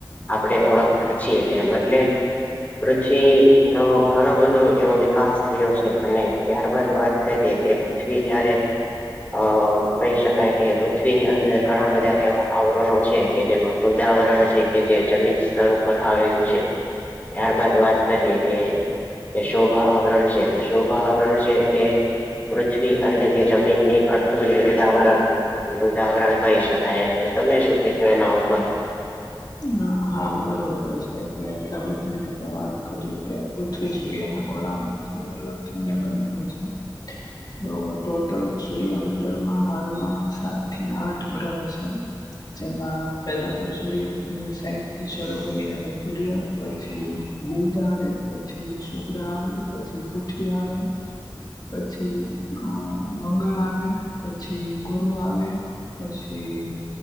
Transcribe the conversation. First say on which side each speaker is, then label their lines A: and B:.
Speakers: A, on the left; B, on the left.
A: આપણે ઓળખતા છીએ એમ એટલે. પછી નો ઘણો બધો એવો વિકાસ થયો છે અને ત્યારબાદ વાત કરીએે કે. પૃથ્વી જારે અ કહી શકાય કે પૃથ્વીની અંદર. ઘણા બધા એવા આવરણો છે કે જેમાં વૃદાવરણ છે કે જે જમીન સ્તર ઉપર આવેલું છે. ત્યાર બાદ વાત કરીએ કે. એ શુભ આવરણ છે શુભ આવરણ છે એ. પૃથ્વી એટલે કે જમીનની અડધું જ વૃદાવરણ વૃદાવરણ કહી શકાય. તો તમે શું કેશો એના ઉપર.
B: હા હા બરોબર છે કે તમે જે રીતે વાત કરી કે. પૃથ્વી સૂર્યના ઘોળા માંથી અલગ થઈને બનેલું છે. તો ટોટલ સૂર્યમંડળમાં હાલમાં સાત થી આઠ ગ્રહ છે. જેમાં પેલા તો સૂર્ય. સાઈ થી શરૂ કરીએ એટલે સૂર્ય પછી બુધ આવે. પછી શુક્ર આવે પછી પૃથ્વી આવે. પછી અ મંગળ આવે પછી ગુરુ આવે. પછી